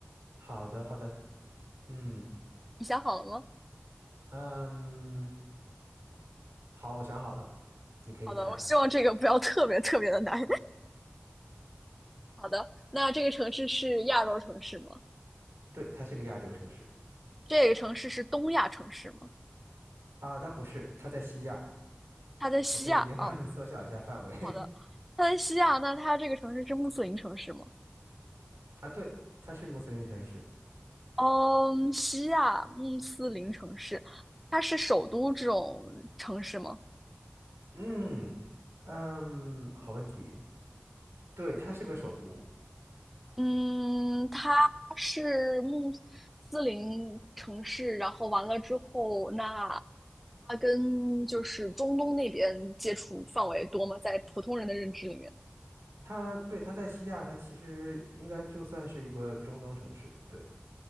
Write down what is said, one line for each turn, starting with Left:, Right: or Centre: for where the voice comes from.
Right: 好的，好的。嗯
Centre: 你想好了吗？
Right: 嗯，好，我想好了，你可以猜了。
Centre: 好的，我希望这个不要特别特别的难。<laughs> 好的，那这个城市是亚洲城市吗？
Right: 对，它是个亚洲城市
Centre: 这个城市是东亚城市吗？
Right: 啊，它不是，它在西亚。
Centre: 它在西亚哦，
Right: 我可以直接帮你缩小一下范围
Centre: 好的，它在西亚，那它这个城市是穆斯林城市吗？
Right: <laughs> 啊，对，它是穆斯林城市。
Centre: 嗯，西亚穆斯林城市，它是首都这种城市吗？
Right: 嗯嗯，好问题。对，它是个首都。
Centre: 嗯，它是穆斯林城市，然后完了之后，那它跟就是中东那边接触范围多吗？在普通人的认知里面，
Right: 它对，它在西亚，它其实应该就算是一个中东城市。对。